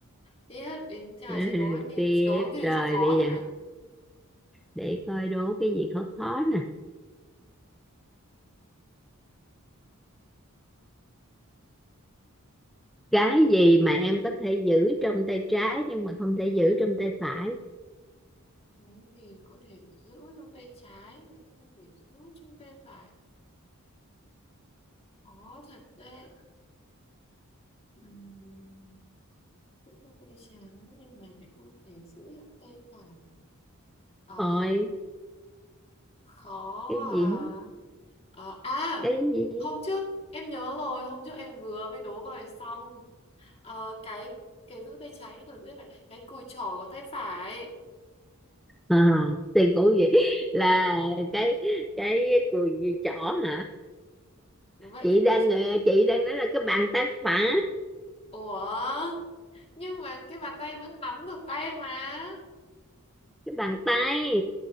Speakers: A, on the left; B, in the centre.
A: Tiếp đến thế là
B: <laughs>
A: chị đố em đi,
B: tiếp
A: chị đố em cái gì
B: rồi
A: khó khó
B: bây
A: thế
B: giờ
A: nào.
B: để coi đố cái gì khó khó nè cái gì mà em có thể giữ trong tay trái nhưng mà không thể giữ trong tay phải
A: Cái gì có thể giữ trong tay trái, lại không thể giữ trong tay phải. Khó thật đấy. Ừm, cũng có tay trái nhưng mà lại không thể giữ trong tay phải à,
B: ôi
A: khó
B: cái
A: à,
B: gì
A: Ờ, à
B: cái gì
A: hôm trước em nhớ rồi hôm trước em vừa mới đố rồi xong Ờ, cái cái giữ tay trái nhưng còn giữ tay phải cái cùi chỏ có tay phải
B: à, thì cũng vậy là cái cái cùi gì chỏ hả
A: đúng vậy
B: chị
A: cái
B: đang
A: cùi chỏ.
B: ờ, chị đang nói là cái bàn tay phải
A: ủa nhưng mà cái bàn tay vẫn nắm được tay mà
B: cái bàn tay